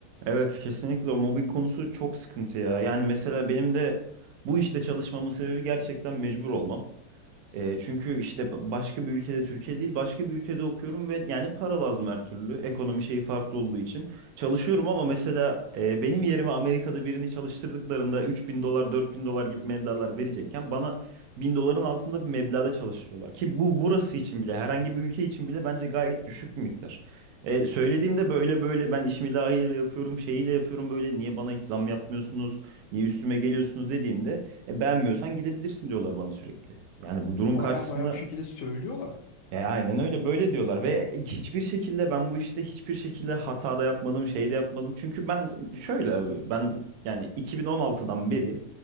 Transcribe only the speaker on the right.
evet kesinlikle o mobbing konusu çok sıkıntı ya. Yani mesela benim de bu işte çalışmamın sebebi gerçekten mecbur olmam. E, çünkü işte başka bir ülkede Türkiye değil başka bir ülkede okuyorum ve yani para lazım her türlü. Ekonomi şeyi farklı olduğu için. Çalışıyorum ama mesela e, benim yerime Amerika'da birini çalıştırdıklarında 3000 dolar 4000 dolar gibi meblağlar verecekken bana 1000 doların altında bir meblağda çalıştırıyorlar. Ki bu burası için bile herhangi bir ülke için bile bence gayet düşük bir miktar. E, söylediğimde böyle böyle ben işimi layığıyla yapıyorum şeyiyle yapıyorum böyle niye bana hiç zam yapmıyorsunuz niye üstüme geliyorsunuz dediğinde e, beğenmiyorsan gidebilirsin diyorlar bana sürekli. Yani bu durum
karşısında
e, aynen öyle böyle diyorlar ve hiçbir şekilde ben bu işte hiçbir şekilde hata da yapmadım şey de yapmadım. Çünkü ben şöyle abi, ben yani 2016'dan beri